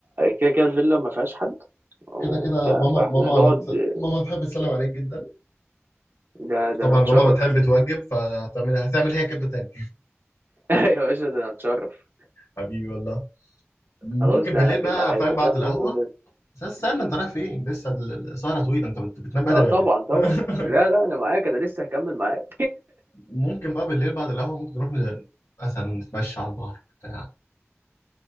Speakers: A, on the right; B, on the left.
A: كده كده الفيلا ما فيهاش حد وبتاع
B: كده كده ماما
A: فاحنا
B: ماما
A: نقعد
B: ماما تحب تسلم عليك جدا
A: ده ده
B: طبعا
A: انا اتشرف
B: ماما بتحب توجب فهتعمل هتعمل هي كده تاني
A: <laughs> يا باشا ده انا اتشرف
B: حبيبي والله ممكن
A: خلاص ده
B: بالليل
A: هتبقى
B: بقى فاهم
A: هيبقوا
B: بعد
A: كام
B: القهوة
A: يوم لوزات
B: بس استنى
A: مم.
B: انت رايح فين لسه ال- السهرة طويلة انت بت- بتنام بدري
A: اه طبعا
B: ولا ايه
A: طبعا
B: <laughs>
A: لا لا انا معاك انا لسه هكمل معاك
B: ممكن بقى بالليل بعد القهوة ممكن نروح ن- مثلا نتمشى على البحر بتاع